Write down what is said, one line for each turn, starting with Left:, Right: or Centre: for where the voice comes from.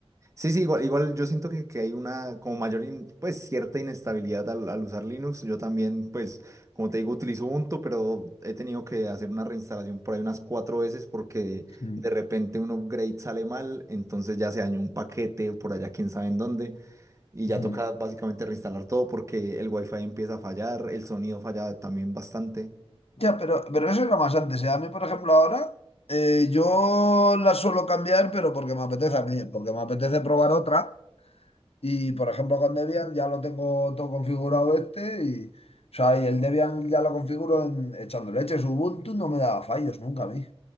Right: Sí, sí, igual, igual yo siento que, que hay una como mayor, in- pues cierta inestabilidad al, al usar Linux. Yo también, pues, como te digo, utilizo Ubuntu, pero he tenido que hacer una reinstalación por ahí unas cuatro veces porque
Left: <laughs> Mm,
Right: de repente un upgrade sale mal, entonces ya se dañó un paquete por allá, quién sabe en dónde, y ya
Left: mm.
Right: toca básicamente reinstalar todo porque el wifi empieza a fallar, el sonido falla también bastante.
Left: Ya, pero, pero eso era más antes, ¿eh? A mí por ejemplo ahora eh, yo la suelo cambiar pero porque me apetece a mí, porque me apetece probar otra y por ejemplo con Debian ya lo tengo todo configurado este y... O sea, y el Debian ya lo configuro en, echando leches. Ubuntu no me daba fallos nunca a mí.